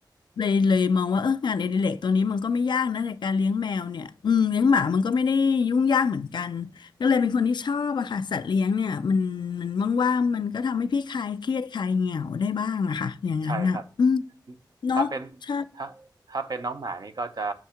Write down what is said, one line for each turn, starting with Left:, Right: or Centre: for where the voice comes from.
Left: เลยเลยมองว่าเอองานอดิเรกตัวนี้มันก็ไม่ยากนะในการเลี้ยงแมวเนี่ยอืมเลี้ยงหมามันก็ไม่ได้ยุ่งยากเหมือนกันก็เลยเป็นคนที่ชอบอะค่ะสัตว์เลี้ยงเนี่ยมันมันว่างๆมันก็ทำให้พี่คลายเครียดคลายเหงาได้บ้างอะค่ะอย่างนั้นน่ะอืม
Right: ใช่ครับ
Left: เนาะใช่
Right: ถ้าเป็นถ้าถ้าเป็นน้องหมานี่ก็จะ